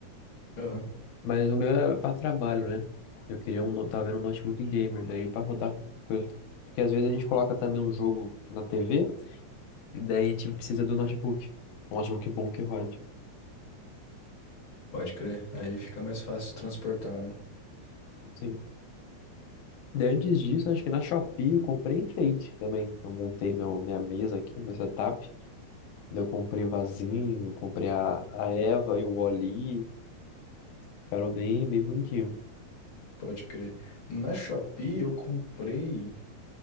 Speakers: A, on the left (about 50°); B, on the left (about 80°).
A: Aham.
B: Mas o meu é para trabalho, né? Eu queria um, no- tava vendo um notebook gamer, daí para rodar qualquer coisa. Porque às vezes a gente coloca também um jogo na TV, e daí a gente precisa do notebook. Um notebook bom que rode.
A: Pode crer. Aí fica mais fácil de transportar, né?
B: Sim. Daí antes disso, acho que na Shopee eu comprei enfeite também. Eu montei meu, minha mesa aqui, meu setup. Daí Eu comprei vasinho, comprei a, a Eva e o Oli. Ficaram bem, bem bonitinho.
A: Pode crer. Na Shopee eu comprei.